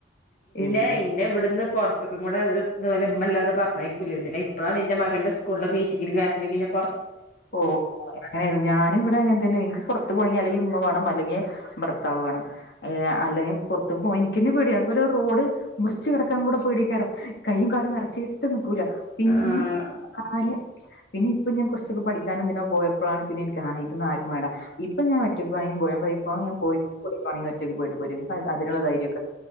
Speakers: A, on the left; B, on the left.
A: <inaudible>
B: ന്നെ ഇവിടുന്ന് പുറ ത്തുക്കും കൂടെ ദ് ഓലെമ്മല്ലാണ്ട് പറഞ്ഞക്കോന്നുല്ല ഇപ്പോളാണ് ഇന്റെ മകന്റെ സ്കൂളിലെ മീറ്റിങ്ങിനും കാര്യത്തിനൊക്കെ ന്നെ
A: ഓ അങ്ങനേരുന്നു ഞാനും ഇവിടെ അങ്ങൻത്തന്നെ ഇൻക്ക് പൊറത്ത് പോണെങ്കീ അല്ലെങ്കീ മ്മ വാ അല്ലെങ്കീ ഭർത്താവ് വാണം അല്ലെെ പൊറത്ത്ക്ക് പോവാ ഇൻക്കെന്നെ പേട്യാ അതുപോലെ റോഡ് മുർച്ച് റച്ച് കടക്കാങ്കൂടെ പേടിയാക്കാരം കയ്യും കാലും വെറച്ചീട്ട് നിക്കൂല. പിന്നെ
B: ആഹ്
A: ആ പിന്നെ ഇപ്പൊ ഞാൻ കൊറ പഠിക്കാനോ എന്തിനോ പോയപ്പോളാണ് പിന്നെ ഇൻക്ക് ആ ഇതൊന്നും ആരും വാണ്ടാ, ഇപ്പം ഞാഒറ്റക്കൊവാണെ <unintelligible> കോഴിക്കോടോവാണെങ്കിൽ ഒറ്റക്ക് പോയ്ട്ട്പോരും പ്പം അതിന്ള്ള ധൈര്യം